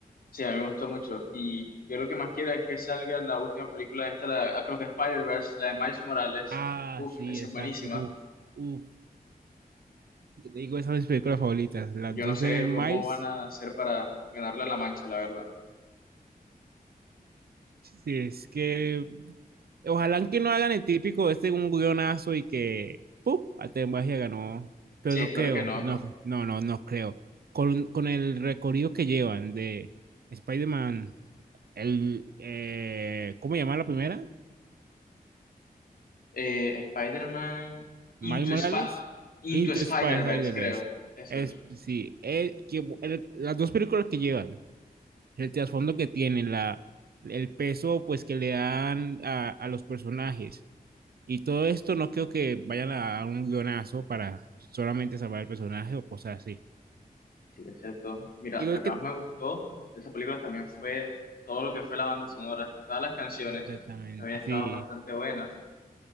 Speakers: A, on the left; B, on the right.
A: Sí, a mí me gustó mucho. Y yo lo que más quiero es que salga la última película esta, la de Across the Spider-Verse, la de Miles Morales.
B: Ah,
A: Uf,
B: sí,
A: esa
B: esa,
A: es buenísima.
B: uff, uff, que te digo, esas son mis películas favoritas, las
A: Yo
B: dos
A: no sé
B: de Miles
A: cómo van a hacer para ganarle a la Mancha, la verdad.
B: Sí, es que ojalá que no hagan el típico este un guionazo y que ¡pum! Arte Magia ganó. Pero
A: Sí,
B: no
A: espero
B: creo,
A: que no.
B: no, no, no, no creo. Con, con el recorrido que llevan de Spider-Man, el, eh, ¿cómo se llama la primera?
A: Eh, Spider-Man
B: Miles
A: Into,
B: Morales,
A: Spi- Into
B: Into
A: Spider-Verse,
B: Spider-Verse.
A: creo. Eso.
B: Es, sí, el- que- el- las dos películas que llevan, el trasfondo que tienen, la, el peso pues que le dan a, a los personajes Y todo esto no creo que vayan a un guionazo para solamente salvar el personaje o cosas así.
A: Sí, excepto. Mira,
B: Igual
A: lo que
B: que
A: más me gustó de esa película también fue todo lo que fue la banda sonora. Todas las canciones
B: Exactamente,
A: también estaban
B: sí.
A: bastante buenas.